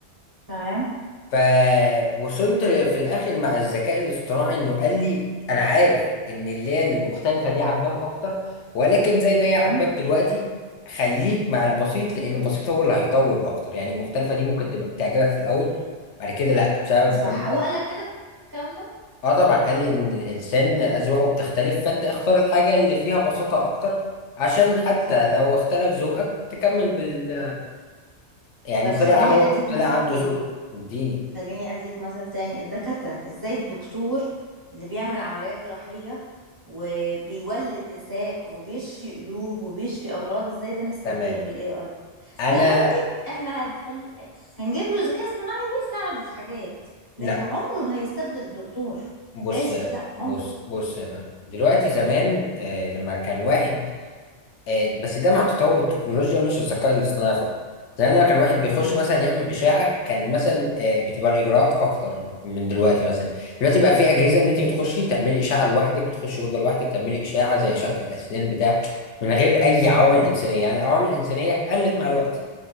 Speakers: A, on the right; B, on the left.
A: تمام
B: فوصلت في الاخر مع الذكاء الاصطناعي انه قال لي انا عارف ان اللي هي المختلفه دي عاجباك اكتر ولكن زي ما
A: تمام
B: هي عاجباك دلوقتي خليك مع البسيط لان البسيط هو اللي هيطول اكتر يعني المختلفه دي ممكن تبقى تعجبك في الاول بعد كده لا بسبب
A: صح
B: ان انت
A: هو قال لك كده الكلام ده
B: اه طبعا قال لي ان الانسان اذواقه
A: امم
B: بتختلف فانت اختار الحاجه اللي فيها بساطه اكتر عشان حتى
A: صح
B: لو اختلف ذوقك تكمل بال يعني
A: طب خليني
B: طلع اهو
A: أديك
B: طلع
A: مثل
B: عنده
A: تاني
B: ذوق اديني
A: خليني اديك مثل تاني الدكاترة ازاي الدكتور اللي بيعمل عمليات جراحية وبيولد نساء وبيشفي قلوب وبيشفي امراض ازاي ده نستبدله
B: تمام
A: بالاي اي
B: انا
A: ده ممكن احنا هنخلي هنجيب له ذكاء اصطناعي يساعده في حاجات
B: لا
A: لكن عمره ما هيستبدل الدكتور
B: بص
A: اسف
B: يا
A: لا
B: بص
A: عمره
B: بص يا فندم دلوقتي زمان آه لما كان واحد آه بس ده مع تطور التكنولوجيا مش الذكاء الاصطناعي فقط زمان لما كان واحد بيخش
A: مم.
B: مثلا يعمل اشاعه كان مثلا آه بتبقى الاجراءات اكتر من دلوقتي مثلا دلوقتي بقى في اجهزه ان انت بتخشي تعملي اشاعه لوحدك بتخشي اوضه لوحدك تعملي اشاعه زي اشعه الاسنان بتاع من غير اي عوامل
A: مم.
B: انسانيه يعني العوامل الانسانيه قلت مع الوقت